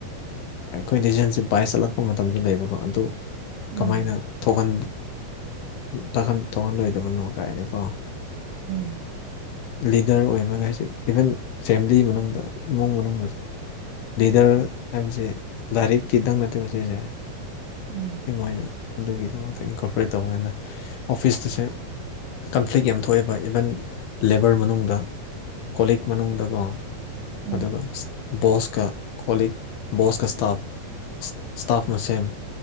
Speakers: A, on the left; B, on the right.
A: ꯑꯩꯈꯣꯏ ꯗꯤꯖꯟꯁꯦ ꯕꯥꯏ ꯆꯠꯂꯛꯄ ꯃꯇꯝꯗ ꯂꯩꯕꯀꯣ ꯑꯗꯨ ꯀꯃꯥꯏꯅ
B: ꯎꯝ
A: ꯊꯣꯛꯍꯟꯂꯣꯏ ꯊꯥꯛꯍꯟ ꯊꯣꯛꯍꯟꯂꯣꯢ ꯕꯅꯣ ꯀꯥꯏꯅꯦꯀꯣ
B: ꯎꯝ
A: ꯂꯤꯗꯔ ꯑꯣꯏꯕꯒ ꯍꯥꯏꯁꯦ ꯏꯚꯟ ꯐꯦꯃꯤꯂꯤ ꯃꯅꯨꯡꯗ ꯏꯃꯨꯡ ꯃꯅꯨꯡꯗꯁꯨ ꯂꯤꯗꯔ ꯍꯥꯏꯕꯁꯤ ꯂꯥꯏꯔꯤꯛꯀꯤꯗꯪ ꯅꯠꯇꯦ ꯁꯤꯁꯦ
B: ꯎꯝ
A: ꯑꯩ ꯃꯣꯏꯅ ꯑꯗꯨꯒꯤꯗꯃꯛꯇ ꯏꯟꯀꯣꯄꯔꯦꯠ ꯇꯧꯕꯅꯤꯅ ꯑꯣꯐꯤꯁꯇꯨꯁꯦ ꯀꯟꯐ꯭ꯂꯤꯛ ꯌꯥꯝ ꯊꯣꯛꯑꯦꯕ ꯏꯕꯟ ꯂꯦꯕꯔ ꯃꯅꯨꯡꯗ ꯀꯣꯂꯤꯛ ꯃꯅꯨꯡꯗꯀꯣ
B: ꯎꯝ
A: ꯑꯗꯨꯒ ꯕꯣꯁꯀ ꯀꯣꯂꯤꯛ ꯕꯣꯁꯀ ꯏꯁꯇꯥꯐ ꯏꯁꯇꯥꯐ ꯃꯁꯦꯟ